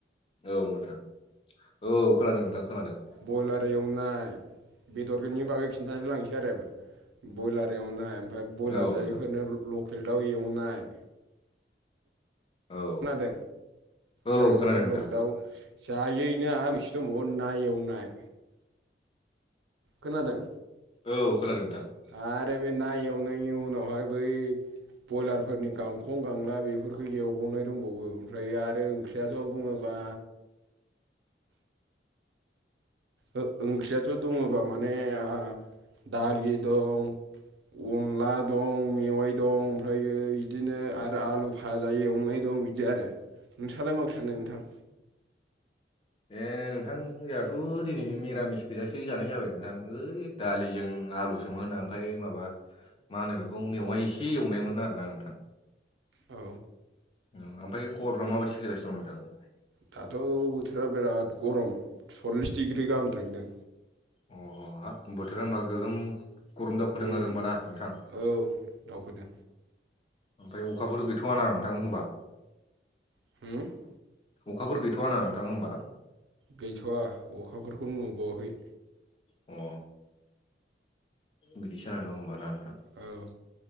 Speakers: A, on the left (about 30°); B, on the right (about 85°).
A: औ नोंथां औ खोनादों नोंथां खोनादों।
B: बयलार एवनाय बेदरनि बागै खिन्थानो लांसै आरो बयलार एवनाय ओमफ्राय बयलार
A: औ
B: जायैफोरनो
A: नोंथां
B: लकेल दाउ एवनाय
A: औ
B: खोनादों
A: औ
B: आरो ओमफाय
A: खोनादों नोंथां
B: लखेल दाव जायैनो आ मोनसे दंबावो ना एवनाय खोनादों?
A: औ खोनादों नोंथां।
B: आरो बे ना एवनायनि उनावहाय बै बयलारफोरनि गांख खं गांला बेफोरखौ‌ एवबावनाय दंबावो ओमफ्राय आरो ओंख्रियाथ बुङोबा ओ ओंख्रियाथ दङबा माने ओ दालि दं अनला दं, मेवाइ दं ओमफ्रायो बिदिनो आरो आलु भाजा एवनाय दं बिदि आरो नोंसालाय मा ओंख्रि जानाय नोंथां?
A: ए नोंथां जाङाथ दिनै मिरामिस गोजासो जानाय जाबाय नोंथां ओइ दालिजों आलुसोमोन आम फाय माबा मा होनो बेखौ मेवाइ एसे एवनायमोन आरोना नोंथां
B: औ
A: औ ओमफाय खबरफ्रा माबायदि सोलिगासिनो दं नोंथां?
B: दाथ' बोथोरा बिराद गरम सल्लिस डिग्रि गाहाम थांदों।
A: अ हाब बोथोरा ओमबा गोगोम गरम दावखोदों
B: उम
A: आरो होमबा ना नोंथां
B: औ दावखोदों
A: ओमफ्राय अखाफोर गैथ'आ ना नोंथां होमबा?
B: <unintelligible>
A: अखाफोर गैथ'आ ना नोंथां होमबा?
B: गैथ'वा अखाफोरखौनो नुबावाखै
A: अ बिदिसो आरो न ओमबा ना नोंथां?
B: औ